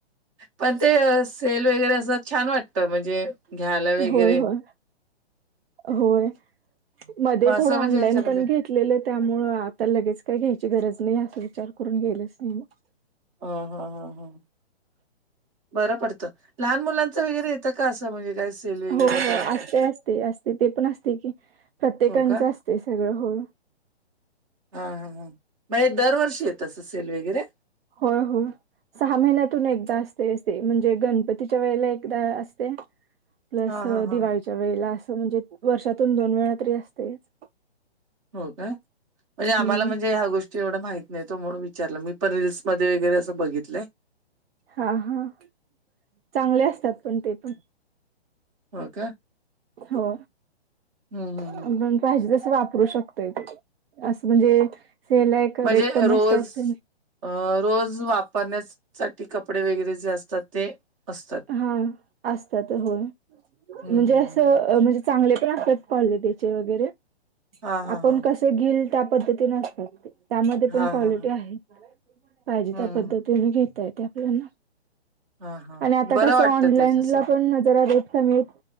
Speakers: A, on the right; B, on the right.
A: पण ते सेल वगैरे असं छान वाटत म्हणजे घ्यायला वगैरे
B: होय होय होय मध्ये
A: मग असं
B: थोड ऑनलाईन
A: म्हणजे ह्याच्यामध्ये
B: पण घ िकलेलं त्यामुळ आता लगेच काय घ्यायची गरज नाही अस विचार करून गेलंच नाही मग
A: ह हा हा हां बरं पडतं लहान मुलांचं वगैरे येतं का असं म्हणजे काय सेल वगैरे
B: हो हो
A: काही
B: असते असते असते ते पण असते की प्रत्येकांचं
A: हो का
B: असते सगळं होळ
A: हा हा हां मण दरवर्षी येत अस सेल वगैरे
B: होय होय सहा महिन्यातून एकदा असते ते म्हणजे गणपतीच्या वेळेला एकदा असते प्लस
A: हा हा
B: दिवाळीच्या
A: हा
B: वेळेला असं म्हणजे वर्षातून दोन वेळा तरी असतेच
A: हो का म्हणजे आम्हाला
B: हम्म
A: म्हणजे ह्या गोष्टी एवढा माहत नाही तो म्हणून विचारला मी पण रीलल्स मध्ये वगरे असं बघितलंय
B: हा हा चांगले असतात पण ते पण
A: ओके
B: हो
A: हम्म हम्म
B: आपण
A: हम्म
B: पाहिजे तसं वापरू शकतोय असं म्हणजे सेल आहे का
A: म्हणजे
B: रेट कमी
A: रोज
B: असतात
A: अ रोज वापरण्यासाठी कपडे वगैरे जे असतात ते असतात
B: हा असतात हो म्हणजे
A: हम्म हम्म
B: असं
A: हम्म
B: म्हणजे चांगले पण असत कलटी वगैरे
A: हा हा
B: आपण
A: हा
B: क घेईल त्या पद्धतीने असतात ते त्यामध्ये पण
A: हा
B: क्वालिटी
A: हा हा
B: आहे पाहिजे
A: हम्म
B: त्या पद्धतीने घेता येते आपल्याना
A: हा हा
B: आणि आता
A: बरं
B: कसं
A: वाटतं
B: ऑनलाईन
A: ते असं
B: ला पण नजरा र मिल